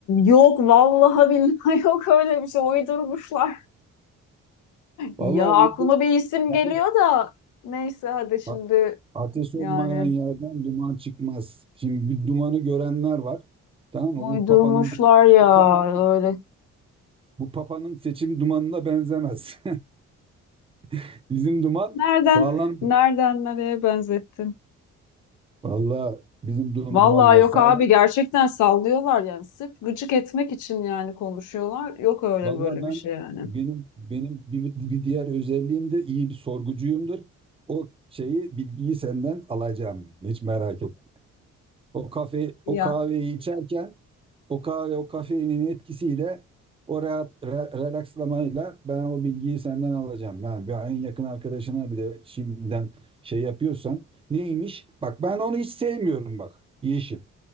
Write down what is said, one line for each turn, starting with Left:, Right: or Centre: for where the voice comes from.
Left: yok vallahi billahi <laughs> yok öyle bir şey uydurmuşlar.
Right: Vallahi
Left: Ya aklıma
Right: uydum.
Left: bir isim
Right: Ateş,
Left: geliyor da neyse hadi şimdi
Right: a- ateş
Left: yani
Right: olmayan yerden duman çıkmaz. Şimdi bir dumanı görenler var. Tamam mı?
Left: uydurmuşlar
Right: Bu papanın
Left: ya
Right: bu papanın
Left: öyle.
Right: bu papanın seçim dumanına benzemez. <laughs> Bizim duman
Left: Nereden
Right: sağlamdır.
Left: nereden nereye benzettin?
Right: Vallahi bizim dum-
Left: Vallahi
Right: dumanlar
Left: yok
Right: sağlam.
Left: abi gerçekten sallıyorlar yani. Sırf gıcık etmek için yani konuşuyorlar. Yok öyle
Right: Vallahi
Left: böyle
Right: ben
Left: bir şey yani.
Right: benim benim bir, bir diğer özelliğim de iyi bir sorgucuyumdur. O şeyi bilgiyi senden alacağım. Hiç merak etme. O kafe
Left: Ya.
Right: o kahveyi içerken o kahve o kafeinin etkisiyle o rahat re- relakslamayla ben o bilgiyi senden alacağım. Yani bir en yakın arkadaşına bile şimdiden şey yapıyorsan neymiş? Bak ben onu hiç sevmiyorum bak Yeşim.